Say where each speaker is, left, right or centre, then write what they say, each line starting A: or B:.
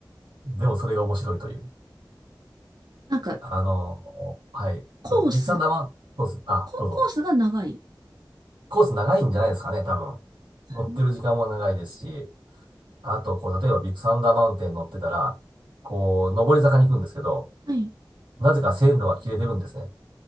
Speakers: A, on the right (about 75°); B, on the right (about 60°).
A: でもそれが面白いという。
B: なんか、
A: あの、はい。
B: コース、
A: ビッグサンダーマウンテン、そうです。あ、
B: コ、
A: どうぞ。
B: コースが長い。
A: コース長いんじゃないですかね、多分。乗ってる時間も長いですし、
B: うん
A: あと、こう、例えばビッグサンダーマウンテン乗ってたら、こう、上り坂に行くんですけど、
B: はい。
A: なぜか線路が切れてるんですね。